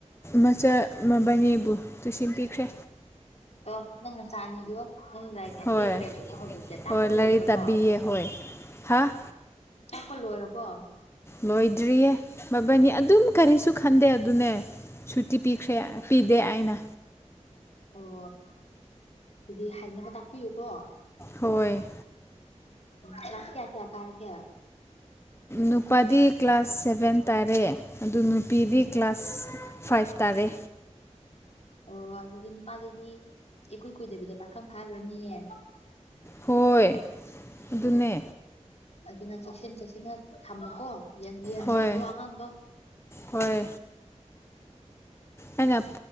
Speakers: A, on the left; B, on the left.
A: ꯃꯆꯥ ꯃꯕꯥꯟꯅꯤꯕꯨ ꯇꯨꯁꯤꯟ ꯄꯤꯈ꯭ꯔꯦ
B: ꯑꯣ ꯅꯪ ꯅꯆꯥ ꯑꯅꯤꯗꯣ ꯅꯪꯅ ꯂꯥꯏꯔꯤꯛ ꯇꯥꯛꯄꯤꯈ꯭ꯔꯦꯕꯀꯣ
A: ꯍꯣꯏ
B: ꯍꯧꯖꯤꯛꯁꯦ ꯑ ꯇꯥꯛꯄ
A: ꯍꯣꯏ
B: ꯂꯣꯏꯈ꯭ꯔꯕꯣ
A: ꯂꯥꯏꯔꯤꯛ ꯇꯥꯛꯄꯤꯌꯦ ꯍꯣꯏ ꯍꯥꯥ
B: ꯇꯥꯛꯄ ꯂꯣꯏꯔꯕꯣ
A: ꯂꯣꯏꯗ꯭ꯔꯤꯌꯦ ꯃꯕꯟꯅꯤ ꯑꯗꯨꯝ ꯀꯔꯤꯁꯨ ꯈꯟꯗꯦ ꯑꯗꯨꯅꯦ ꯁꯨꯇꯤ ꯄꯤꯈ꯭ꯔꯦ ꯄꯤꯗꯦ ꯑꯩꯅ
B: ꯑꯣ ꯑꯗꯨꯗꯤ ꯍꯩꯅꯕ ꯇꯥꯛꯄꯤꯌꯨꯀꯣ
A: ꯍꯣꯏ
B: ꯀ꯭ꯂꯥꯁ ꯀꯌꯥ ꯀꯌꯥ ꯀꯥꯔꯒꯦ
A: ꯅꯨꯄꯥꯗꯤ ꯀ꯭ꯂꯥꯁ ꯁꯚꯦꯟ ꯇꯥꯔꯦ ꯑꯗꯨ ꯅꯨꯄꯤꯗꯤ
B: ꯎꯝ
A: ꯀ꯭ꯂꯥꯁ ꯐꯥꯏꯚ ꯇꯥꯔꯦ
B: ꯑꯣ ꯑꯗꯨ ꯑꯗꯨꯗꯤ ꯅꯨꯄꯥ ꯗꯨꯗꯤ ꯏꯀꯨꯏ ꯀꯨꯏꯗꯕꯤꯗ ꯄꯥꯈꯪ ꯐꯥꯒ꯭ꯔꯅꯤꯌꯦ
A: ꯍꯣꯏ ꯑꯗꯨꯅꯦ
B: ꯑꯗꯨꯅ ꯆꯦꯛꯁꯤꯟ ꯆꯦꯛꯁꯤꯟꯅ ꯊꯝꯃꯨꯀꯣ ꯌꯦꯡꯗꯤ ꯌꯦꯡꯁꯜꯂꯣ
A: ꯍꯣꯏ
B: ꯑꯉꯥꯡꯗꯣ
A: ꯍꯣꯏ ꯑꯩꯅ